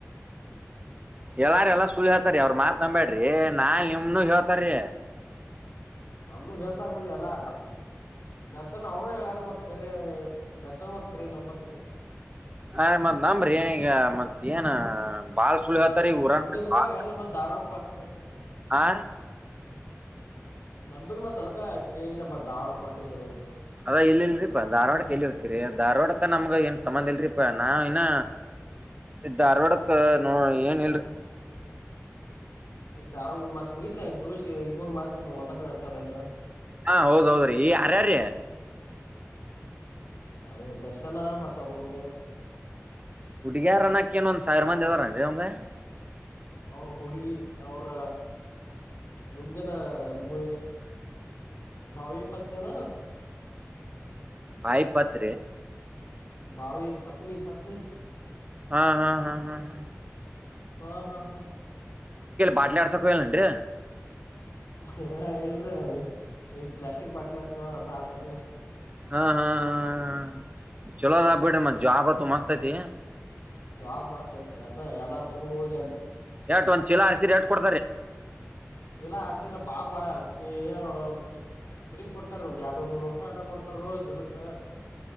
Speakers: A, on the right (about 25°); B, on the left (about 80°).
A: ಎಲ್ಲಾರ ಎಲ್ಲ ಸುಳ್ಳ ಹೇಳ್ತಾರಿ ಅವ್ರ ಮಾತ್ ನಂಬಬ್ಯಾಡ್ರಿ ನಾ ನಿಮ್ನು ಹೇಳ್ತಾರೀ
B: ನಮ್ದು ಹೇಳ್ತಾರ ಬಿಡ್ರಿ ಎಲ್ಲಾ ದರ್ಶನ್ ಅವ್ರಾರ ಮತ್ ಕರಿ ದರ್ಶನ್ ಕರೆ ನಂಬ್ಬೇಕಕತ್ೀ
A: ಅ ಮತ್ತ್ ನಂಬ್ರಿ ಏನೀಗ ಮತ್ತ್ ಏನ ಬಾಲ ಸುಲ್ ಹತಾರೆ
B: ಮತ್
A: ಉರಾಣ
B: ನಂಬಿದಕ
A: ಬ
B: ಹೇಳ ಮತ್ ಧಾರವಾಡಕ್ ಹೊಂಟ್ರಿ
A: ಆ
B: ನಮಬಿ ಮತ್ ಅದಕ ಕೇಳಿಲ್ಲ ಮತ್ ದಾವಡಕ್ ಒಂಟೆ ದೊರತ್ತ
A: ಅದ ಇಲ್ಲಿ ಇಲ್ರರಿಪಾ ಧಾರವಾಡಕ್ಕೆ ಎಲ್ಲಿ ಹೋಗ್ತರಿ ಧಾರವಾಡಕ್ಕೆ ನಮ್ಗ ಏನ್ ಸಂಬಂಧ ಇಲ್ರರಿಪಾ ನಾವ ಇನ್ನ ಇದ ಧಾರ್ವಾಡಕ್ ನೋ
B: ಹ್ಮ್
A: ಏನ್ ಇಲ್ರಿ
B: ಇದ ದ ಆಾರ್ಡ್ ಮತ್ ಮುಗಿತಲಾ ಪಿಯುಸಿ ಇಬ್ಬರು ಮತ್ತತ ಒಂದ್ ಕಡೆ ಎ ಸಾವ ಎಲ್ರ
A: ಹಾ ಹೌದ್ ಹೌದ್ರಿ ಈ ಅರ್ಯೀ
B: ಅದು ದರ್ಶನ ಮತ್ತ ಅವರು ಹುಡ್ಗ್ಯಾರ
A: ಹುಡುಗ ಯಾರ ಅನ್ನಕ್ಕ ಏ ಒಂದ್ ಸಾವಿರ ಮಂದ್ವಾರನ್ ರೀ ಅವ್ಂಗ
B: ಅವ್ರ ಹುಡುಗಿ ಅವ್ರ ಮುಂದಿನ ಮು ಭಾವ ಪತ್ನಿಯ ನ
A: ಭಾಯ ಪತ್
B: ಭಾವ ಪತ್ನಿ ಪತ್ನಿ
A: ಹಾ ಹಾ ಹಾ ಹಾ ಹ
B: ಹಾ ಹಾ ಹಾ ಹಾ
A: ಬಾಟ್ಲೆ ಆಡ್ಸೋಕ್ಕೆ ಹ ಹೇಳಲ್ಲಂ ರೀ
B: ಹ ಇಲ್ರಿ ಈ ಪ್ಲಾಸ್ಟಿಕ್ ಬಾಟ್ಲ್ ಹರ್ಸ ಅ ಹಸಕ
A: ಹಾ ಹಾ ಹ ಚಲೋ ಅದ ಬಿಡ ಮ ಜಾಬ್ ಆತ ಮಸ್ತ್ ಐತಿ
B: ಜಾಬ್ ಮಾಸ್ತ್ ಐತ್ರಿ ಅದ್ ಎಲ್ಲ ತೊಂಡ್ ಹೋಗಿ ಅಲ್ಲಿ
A: ಎಟ್ ಒಂದ್ ಚೀಲ ಹಸೀರಿ ಎಟ್ ಕೊಡ್ತರಿ
B: ಚಲಾ ಅರ್ಸಿರ ಬಾಕಳ ಅರ್ಸ ಏನು ಕಡಿಮೆ ಕೊಡ್ತಾರ ಒಂದ್ ಎರಡ್ನೂರ್ ಮುನ್ನೂರು ರೂಪಾಯಿ ಆಟ ಕೊಡ್ತಾರ ದಿನಕ್ಕೆ